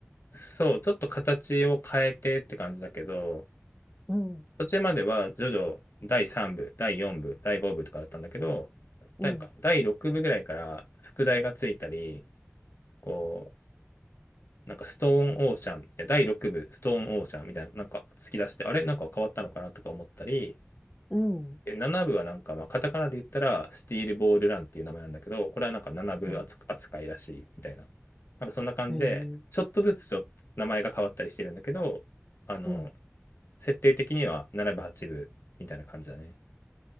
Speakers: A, on the left (about 60°); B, on the left (about 15°).
A: そう、ちょっと形を変えてって感じだけど、
B: うん、
A: 途中までは、徐々ジ第3部、第4部、第5部とかだったんだけど、
B: うん、
A: なんか、第6部ぐらいから、副題がついたり、こう、なんか、ストーンオーシャン、いや第6部、ストーンオーシャンみたいな、なんか、突き出して、あれなんか変わったのかなとか思ったり、
B: うん、
A: で7部はなんか、まあ、カタカナで言ったら、スティールボールランっていう名前なんだけど、これはなんか7部扱いらしいみたいな。
B: うん。
A: なんかそんな感じで、
B: ええ
A: ちょっとずつちょっと名前が変わったりしてるんだけど、あの、
B: うん。
A: 設定的には7部、8部みたいな感じだね。